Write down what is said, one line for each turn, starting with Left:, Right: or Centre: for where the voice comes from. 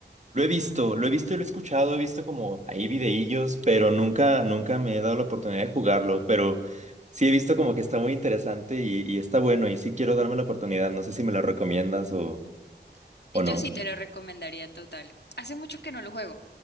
Right: Lo he visto, lo he visto y lo he escuchado, he visto como ahí videillos, pero nunca, nunca me he dado la oportunidad de jugarlo. Pero sí he visto como que está muy interesante y, y está bueno. Y sí quiero darme la oportunidad. No sé si me lo recomiendas o
Left: Y
Right: ¿O no?
Left: Yo sí te lo recomendaría total. Hace mucho que no lo juego,